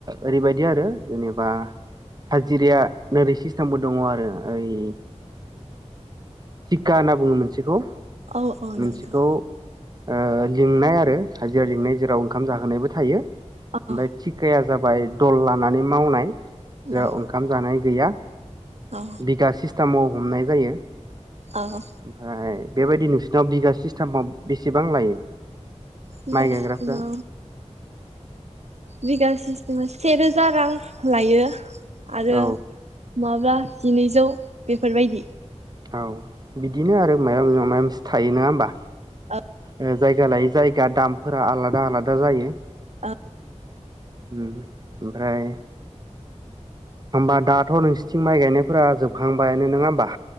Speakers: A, on the right; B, on the right.
A: ओरैबायदि आरो जेनेबा हाजिराया नोरै सिस्टामबो दङ' आरो ओइ थिखा होनना बुङो मोनसेखौ
B: औ औ
A: मोनसेखौ
B: नंगौ
A: ओ लिंनाय आरो हाजिरा लिंनाय जेराव ओंखाम जाहोनायबो थायो ओमफाय
B: औ
A: थिखाया जाब बाय त'ल लानानै मावनाय <unintelligible>
B: उम
A: ओंखाम जानाय गैया
B: औ
A: बिगासिस स्तामाव हमनाय जायो
B: औ
A: ओमफाय बेबायदि नोंसिनाव बिगा सिस्थामाव बेसेबां लायो?
B: बिगा
A: माइ गायग्राफ्रा
B: सि <unintelligible> बिगा सिस्टेमा सेे रोजा रां लायो आरो
A: औ
B: माब्ला जिनैजौ बेफोरबायदि
A: औ बिदिनो आरो मायबा नङा थायोना होमबा?
B: ओ
A: ओ जायगा लायै जायगा दामफोरा आलादा आलादा जायो।
B: आ
A: उम ओमफ्राय होमबा दाथ' नोंसिथिं माइ गायनायफोरा जोबखांबायानो नोङा होमबा?